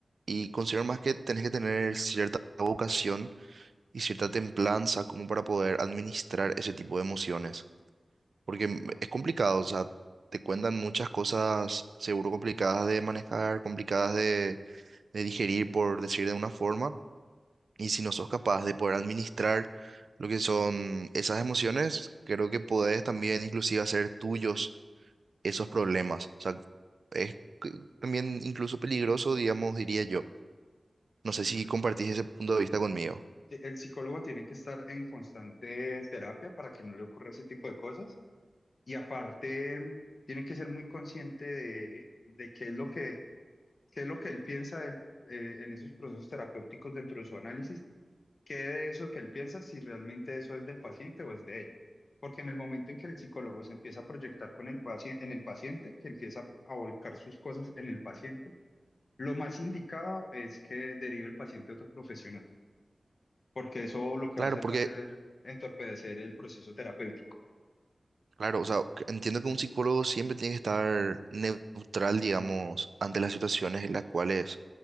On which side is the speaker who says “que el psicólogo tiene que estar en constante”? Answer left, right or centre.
Left